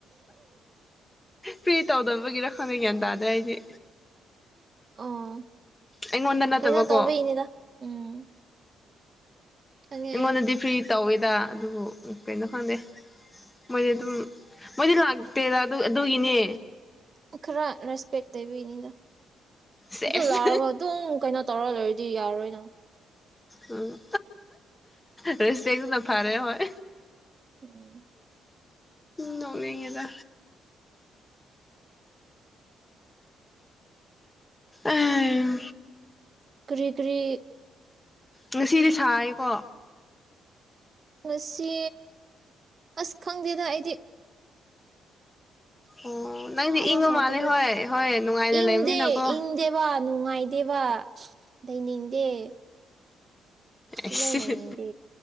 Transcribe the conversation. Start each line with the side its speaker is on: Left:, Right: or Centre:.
Left: ꯐꯤ ꯇꯧꯗꯕꯒꯤꯔꯣ ꯈꯪꯗꯦ ꯒ꯭ꯌꯥꯟ ꯇꯥꯗ꯭ꯔꯦ ꯑꯩꯗꯤ
Right: ꯑꯣ
Left: ꯑꯩꯉꯣꯟꯗ ꯅꯠꯇꯕꯀꯣ
Right: ꯀꯩꯅꯣ ꯇꯧꯕꯤ ꯏꯅꯦꯗ ꯎꯝ ꯈꯪꯉꯦ
Left: ꯔꯤꯑꯣꯡꯗꯗꯤ
Right: ꯑꯩ
Left: ꯐ꯭ꯔꯤ ꯇꯧꯋꯦꯗ ꯑꯗꯨꯕꯨ ꯀꯩꯅꯣ ꯈꯪꯗꯦ ꯃꯣꯏꯗꯤ ꯑꯗꯨꯝ ꯃꯣꯏꯗꯤ ꯂꯛꯇꯦꯗꯥ ꯑꯗ ꯇꯨꯒꯤꯅꯦ
Right: ꯎꯈꯔ ꯔꯁ ꯄꯦꯛꯀꯇꯕꯤꯅꯤꯗ
Left: ꯁꯦꯁ
Right: ꯑꯗꯨ ꯂꯥꯛꯔꯕ ꯑꯗꯨꯝ ꯀꯩꯅꯣ ꯇꯧꯔ ꯂꯩꯏꯔꯗꯤ ꯌꯥꯔꯣꯏꯗ
Left: ꯎꯝ ꯔꯁ ꯅ ꯐꯥꯔꯦ ꯍꯣꯏ
Right: ꯍꯨꯝ
Left: ꯅꯣꯛꯅꯤꯡꯏꯗ ꯑꯥꯝ꯫
Right: ꯀ꯭ꯔꯤ ꯀ꯭ꯔꯤ꯫
Left: ꯉꯁꯤꯗꯤ ꯁꯥꯏꯀꯣ꯫
Right: ꯉꯥꯁꯤ ꯑꯁ ꯈꯪꯗꯦꯗ ꯑꯩꯗꯤ꯫
Left: ꯑꯣ ꯅꯪꯗꯤ
Right: ꯁꯥꯕ꯭ꯔꯥ
Left: ꯏꯪꯉ
Right: ꯁꯥꯗꯕ꯭ꯔꯥ
Left: ꯃꯥꯜꯂꯦ ꯍꯣꯏ ꯍꯣꯏ ꯅꯨꯡꯉꯥꯏꯅ
Right: ꯏꯪꯗꯦ
Left: ꯂꯩꯕꯅꯤꯅꯀꯣ꯫
Right: ꯏꯪꯗꯦꯕ ꯅꯨꯡꯉꯥꯏꯗꯦꯕ ꯂꯩꯅꯤꯡꯗꯦ꯫ ꯁꯨꯛꯂꯩ
Left: ꯑꯁꯍ
Right: ꯂꯩꯅꯤꯡꯗꯦ